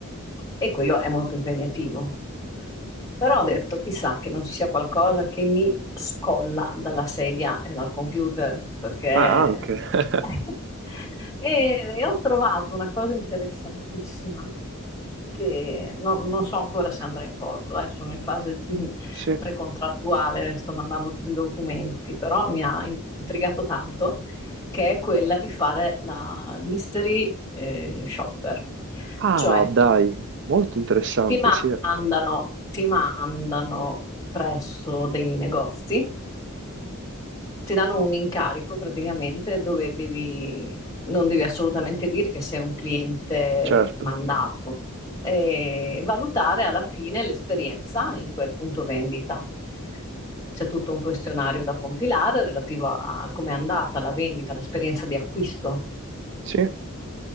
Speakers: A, on the left (about 15°); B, on the right (about 55°).
A: e quello è molto impegnativo. Però ho detto, chissà che non ci sia qualcosa che mi scolla dalla sedia e dal computer, perché
B: Ah, anche. <laughs>
A: <laughs> E, e ho trovato una cosa interessantissima che no- non so ancora se andrà in porto, eh, sono in fase di- <laughs>
B: Sì.
A: precontrattuale, sto mandando tutti i documenti, però mi ha intrigato tanto, che è quella di fare la mystery eh, shopper.
B: Ah,
A: Cioè,
B: dai, molto interessante,
A: ti mandano,
B: sì,
A: ti mandano presso dei negozi, ti danno un incarico praticamente dove devi, non devi assolutamente dire che sei un cliente
B: certo.
A: mandato e valutare alla fine l'esperienza in quel punto vendita. C'è tutto un questionario da compilare relativo a come è andata la vendita, l'esperienza di acquisto.
B: Sì,